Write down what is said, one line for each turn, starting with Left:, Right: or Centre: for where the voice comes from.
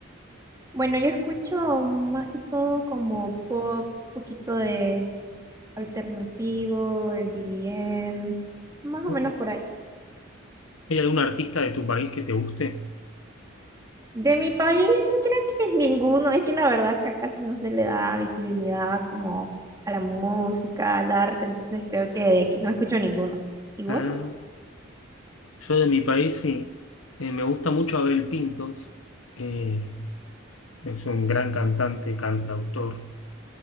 Right: Bueno, yo escucho más que todo como pop, poquito de alternativo, el bien, más o
Left: Ok.
Right: menos por ahí.
Left: ¿Hay algún artista de tu país que te guste?
Right: De mi país creo que es ninguno, es que la verdad que casi no se le da visibilidad como a la música, al arte, entonces creo que de aquí no escucho ninguno. ¿Y vos?
Left: Ah, yo de mi país sí. Eh, me gusta mucho Abel Pintos. Eh, es un gran cantante, cantautor.